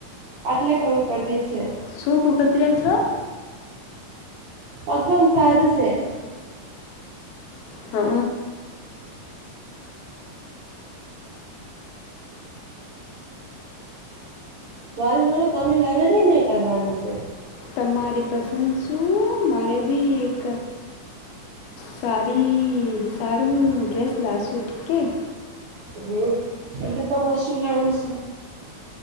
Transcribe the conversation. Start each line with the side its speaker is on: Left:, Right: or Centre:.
Right: આટલે ખબર પડ રહી છે
Left: શું ભકતિરેયા છો
Right: પચનસારશેે
Left: હ અ
Right: વારી મને તમે લગન ની કરવાનું સે
Left: તમારી પસંદ શું, મારે બી એક સારી સારું ડ્રેસ લાવશું ઠીક હે
Right: હમ, એટલે તો <unintelligible> મોશું લનું